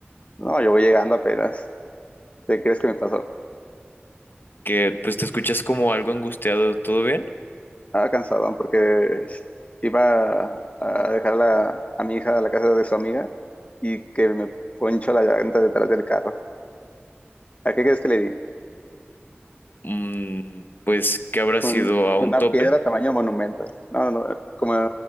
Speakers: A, on the left (about 35°); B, on the left (about 55°).
A: No, yo voy llegando apenas. ¿Qué crees que me pasó?
B: Que pues te escuchas como algo angustiado, ¿todo bien?
A: Ah, cansadón porque iba a dejar a, la- a mi hija a la casa de su amiga y que me poncho la llanta detrás del carro. ¿A qué crees que le di?
B: Mm, pues que habrá
A: Un-
B: sido a
A: una
B: un tope,
A: piedra tamaño monumento. No, no, no. Como